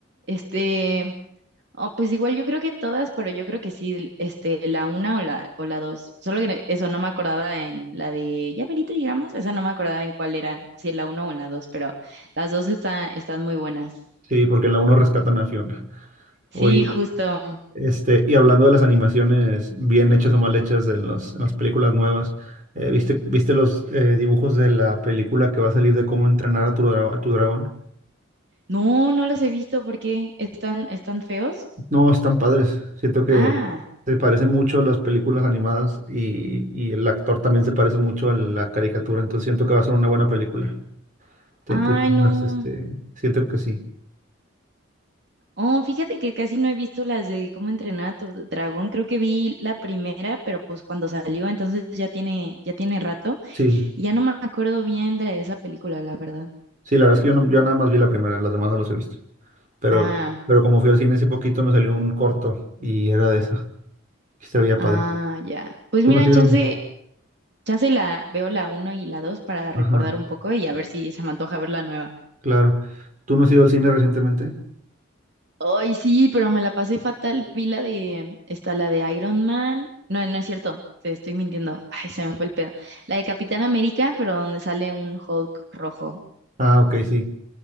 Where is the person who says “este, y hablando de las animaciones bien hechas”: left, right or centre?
Right